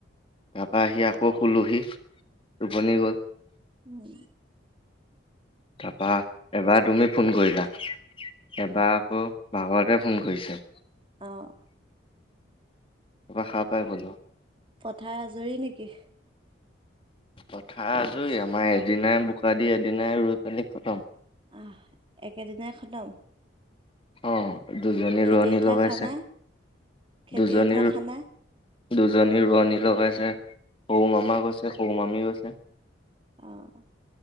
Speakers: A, on the left; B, on the right.
A: তাৰাপা আহি আকৌ শুলোহি টোপনি গল।
B: উম
A: তাৰাপা এবাৰ তুমি ফোন কৰিলা এবাৰ আকৌ ভাগৰতে। ফোন কৰিছে।
B: অহ
A: পুৰা হাৰ পাই গ'লো
B: পথাৰ আজৰি নেকি?
A: কথা আজৰি আমাৰ এদিনাই বোকা দি এদিনাই ৰুই মেলি খতম
B: আহ একেদিনাই খতম
A: অ দুজনী
B: খেতি
A: ৰোৱনী
B: উঠা
A: লগাইছে
B: খানা খেতি
A: দুজনীৰ।
B: উঠা খানা
A: দুজনী ৰোৱনী লগাইছে সৰু মামা গৈছে সৰু মামী গৈছে।
B: অহ